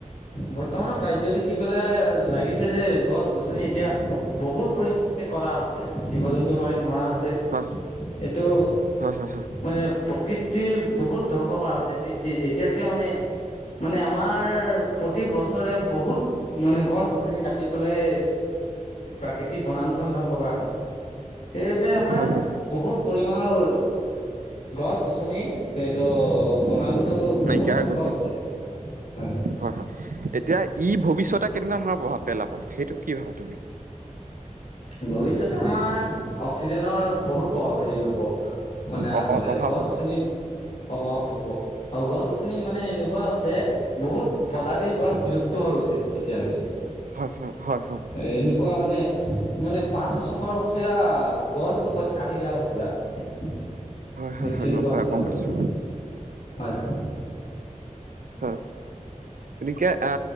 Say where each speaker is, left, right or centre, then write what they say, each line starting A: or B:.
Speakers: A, on the left (about 65°); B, on the right (about 80°).
A: বৰ্তমানৰ কাৰ্য দেখি পেলাই লাগিছে যে গছ গছনি এতিয়া বহুত পৰি কটা হৈছে, জীৱ জন্তু মাৰি মৰা হৈছে।
B: হয়
A: এইটো
B: হয় হয় হয়
A: মানে প্ৰকৃত প্ৰকৃতিৰ বহুত ধ্বংস কৰা হৈছে, এতি তি এতিয়ালৈকে মানে মানে আমাৰ প্ৰতি বছৰে বহুত মানে গছ-গছনি কাটি পেলাই প্ৰাকৃতিক বনাঞ্চল ধ্বংস কৰা হয়। সেইবাবে আমাৰ
B: হয় হয় হয়
A: বহুত পৰিমাণৰ গছ-গছনি, এইটো বনাঞ্চল
B: নাইকিয়া
A: বহুত ধ্বংস
B: হৈ গৈছে
A: হৈছে, হয়, হয়।
B: হয়, হয়। এতিয়া ই ভৱিষ্যতে কেনেকুৱা ধৰণৰ প্ৰভাৱ পেলাব? সেইটো কি ভাবা তুমি?
A: ভৱিষ্যতে আমাৰ অক্সিজেনৰ বহুত প্ৰভাৱ, হেৰি হ'ব। মানে আগলে
B: অ অ অভাৱ
A: গছ-গছনি
B: হ'ব
A: হ'ব হ'ব, আৰু গছ-গছনি মানে এনেকুৱা হৈছে, বহুত প্ৰজাতিৰ গছ বিলুপ্ত হৈ গৈছে, এতিয়ালৈকে।
B: হয়, হয়। হয়, হয়।
A: এ এনেকুৱা মানে মানে পাঁচশ, ছয়শ বছৰীয়া গছ বোৰ কট কাটি দিয়া হৈছে ইয়াত।
B: হয়
A: সেই
B: হয় হয়
A: তেনেকুৱা
B: গম পাই
A: হৈছে
B: গম
A: আৰু মানে।
B: পাইছো
A: হয়, হয়।
B: হয়। গতিকে, আ